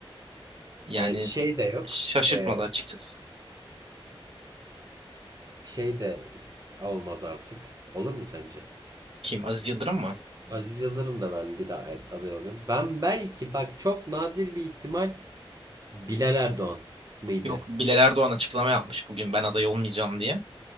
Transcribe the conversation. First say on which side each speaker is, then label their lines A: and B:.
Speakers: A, on the right; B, on the right.
A: Yani
B: E, şey de yok.
A: şaşırtmadı
B: E,
A: açıkçası.
B: şey de olmaz artık. Olur mu sence?
A: Kim? Aziz Yıldırım mı?
B: Aziz Yıldırım da ben bir daha evet, aday oluyorum. Ben belki bak çok nadir bir ihtimal Bilal Erdoğan mıydı?
A: Yok Bilal Erdoğan açıklama yapmış bugün ben aday olmayacağım diye.